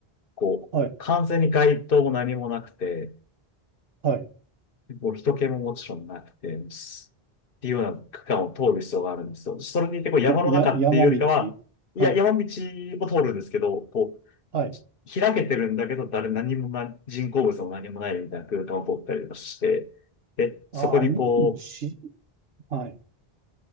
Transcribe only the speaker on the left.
こう、
完全に街灯も何もなくて、
もう人気ももちろんなくて、すっていうような区間を通る必要があるんですよ。それにいて、こう山の中っていうよりかは、
いや、
山道も通るんですけど、こう、
開けてるんだけど、誰、何もな、人工物も何もないみたいな空間を通ったりとかして、で、そこにこう、